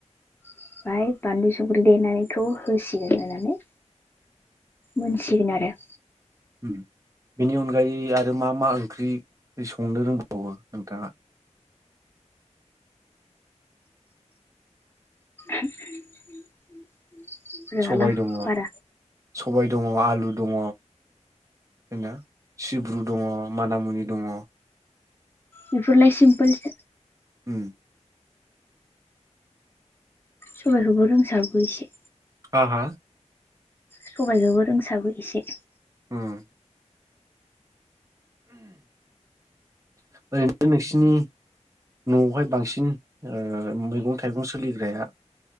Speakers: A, on the left; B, on the right.
A: ओमफाय बानलु संख्रि देनायखौ होसिगोन होनानै मोनसिगोन आरो
B: उम बेनि अनगायै आरो मा मा ओंख्रि संनो रोंबावो नोंथाङा
A: <inaudible> रोङालां
B: सबाय दङ
A: बारा
B: सबाय दङ आलु दङ दिनो सिब्रु दङ मानामुनि दङ'
A: बेफोरलाय सिमफोलसो
B: ओम
A: सबाइखौबो रोंसाबो एसे
B: हा हा
A: सबाइखौबो रोंसाबो एसे
B: उम ओरैनो नोंसिनि न'आवहाय बांसिन ओ मैगं थाइगं सोलिग्राया